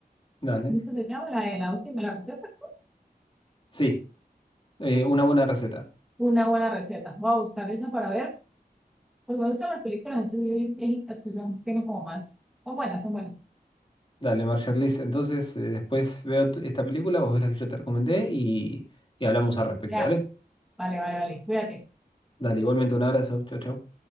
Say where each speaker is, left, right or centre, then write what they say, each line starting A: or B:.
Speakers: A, on the left (about 30°); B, in the centre.
A: dale.
B: ¿viste que se llama? La de la última, la receta, pues.
A: Sí, eh, una buena receta.
B: Una buena receta. Voy a buscar esa para ver, porque me gustan las películas así viejitas que son, tienen como más, son buenas, son buenas.
A: Dale, Marshall Entonces, eh, después veo tu- esta película, vos ves la que yo te recomendé y, y hablamos al respecto,
B: Ya,
A: ¿dale?
B: vale, vale, vale, cuídate.
A: Dale, igualmente un abrazo. Chau, chau.